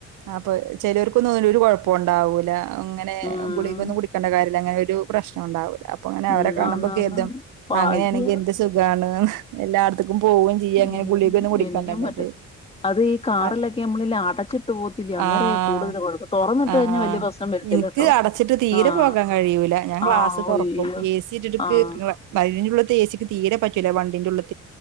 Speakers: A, on the right (about 80°); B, on the left (about 20°).
A: അപ്പ ചിലവർക്കൊന്നും ഒരു കൊഴപ്പണ്ടാവൂല അങ്ങനെ
B: ഉം
A: ഗുളികന്ന് കുടിക്കേണ്ട കാര്യ അ അങ്ങനെ ഒരു പ്രശ്നം ഉണ്ടാവു അപ്പൊ അങ്ങനെ അവരെ
B: ഉം
A: കാണുമ്പോ
B: ആന്നാന്ന്
A: കേതും
B: ആന്ന്. ഭാഗ്യ
A: അങ്ങനെയാണെങ്കി എന്ത് സുഖാണ് എല്ലായിടത്തക്കും പോവയും ചെയ്യ
B: ഉം,
A: അങ്ങനെ ഗുള്ളികങ്ങനെ കുടിക്കണ്ടല്ലേ
B: എനിക്കും പറ്റ
A: ഇത്
B: അത് ഈ കാറിലൊക്കെ
A: ആ
B: നമ്മളിൽ അടച്ചിട്ട് പോകത്തില്ലേ അന്നേരേ
A: ആഹ
B: കൂടുതൽ കുഴപ്പം തുറന്നിട്ട്
A: ആ
B: കഴിഞ്ഞാൽ വലിയ പ്രശ്നം വരത്തില്ല
A: എനിക്ക്
B: കേട്ടോ
A: അടച്ചിട്ട് തീരെ
B: ആഹ്
A: പോകാൻ കഴിയൂല ഞാൻ ക്ലാസ്
B: ആഹ്
A: തുറക്കും
B: ഒയ്യോ
A: എ സി ഇട്ടിട്ട്
B: ആഹ്
A: അതിന്റെള്ളത്തെ എസിക്ക് തീരെ പറ്റില്ല വണ്ടിന്റുള്ള് ത്തെ